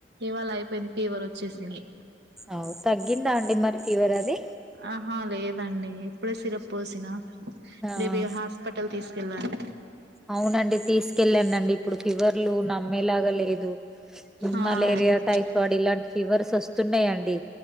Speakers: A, on the right; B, in the centre.
A: ఇవాళ అయిపోయింది ఫీవర్ వొచ్ వచ్చేసింది
B: అవు తగ్గిందా అండి మరి ఫీవర్ అది
A: ఆహా లేదండి ఇప్పుడే సిరప్ పోసినా
B: ఆ
A: రేపు హాస్పిటల్ తీసుకెళ్ళాలి
B: అవునండి తీసుకెళ్ళానుండి ఇప్పుడు ఫివర్లు నమ్మేలాగా లేదు
A: ఆ
B: మలేరియా
A: అదే
B: టైఫాయిడ్ ఇలాంటి ఫీవర్స్ వస్తున్నాయండి